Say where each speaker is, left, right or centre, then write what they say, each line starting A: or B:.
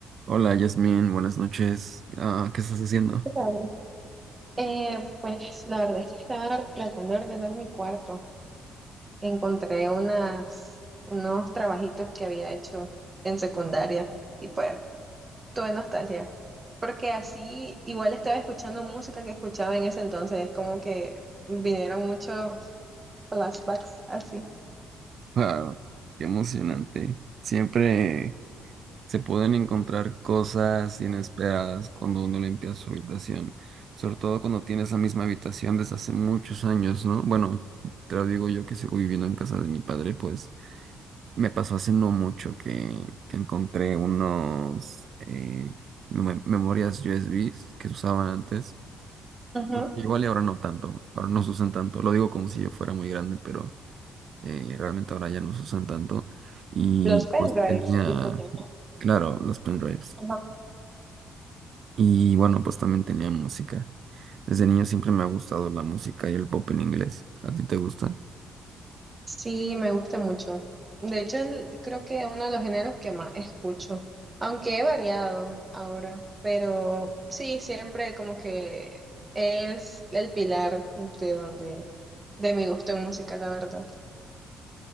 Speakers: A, on the right; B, on the right.
A: Hola, Yasmin, buenas noches. Ah, ¿qué estás haciendo?
B: Claro. Eh, pues la verdad es que estaba tratando de ordenar mi cuarto. Encontré unas, unos trabajitos que había hecho en secundaria y pues tuve nostalgia. Porque así igual estaba escuchando música que escuchaba en ese entonces. Es como que vinieron muchos flashbacks así.
A: Ah, qué emocionante. Siempre se pueden encontrar cosas inesperadas cuando uno limpia su habitación, sobre todo cuando tiene esa misma habitación desde hace muchos años, ¿no? Bueno, te lo digo yo que sigo viviendo en casa de mi padre, pues me pasó hace no mucho que, que encontré unos eh, mem- memorias USBs que se usaban antes.
B: Ujú.
A: Igual y ahora no tanto, ahora no se usan tanto. Lo digo como si yo fuera muy grande, pero eh, realmente ahora ya no se usan tanto. Y
B: Los pendrives,
A: pues tenía,
B: disculpen.
A: claro, los pendrives.
B: Ajá.
A: Y bueno, pues también tenía música. Desde niño siempre me ha gustado la música y el pop en inglés. ¿A ti te gusta?
B: Sí, me gusta mucho. De hecho, el- creo que uno de los géneros que más escucho, aunque he variado ahora, pero sí, siempre como que es el pilar de donde, de mi gusto en música, la verdad.